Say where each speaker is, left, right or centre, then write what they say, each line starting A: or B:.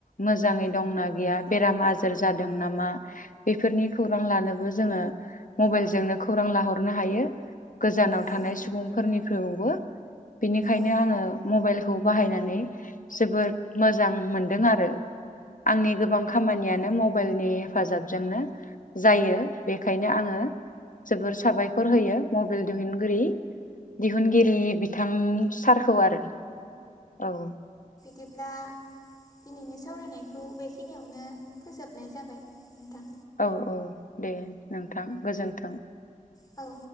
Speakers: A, on the left; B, on the left.
A: मोजाङै दंना गैया बेराम आजार जादों नामा बेफोरनि खौरां लानोबो जोङो मबाइलजोंनो खौरां लाहरनो हायो। गोजानाव
B: औ
A: थानाय सुबुंफोरनिफ्रौबो बेनिखायनो
B: औ
A: आङो मबाइलखौ बाहायनानै जोबोद मोजां मोनदों आरो। आंनि गोबां खामानियानो मबाइलनि हेफाजाबजोंनो जायो बेखायनो आङो जोबोर साबायखर होयो मबाइल दिहुनगिरि दिहुनगिरि बिथां सारखौ आरो औ
B: बिब्ला दिनैनि सावरायनायखौ बेखिनियावनो फोजोबनाय जाबाय नोंथां।
A: औ औ दे नोंथां गोजोन्थों।
B: औ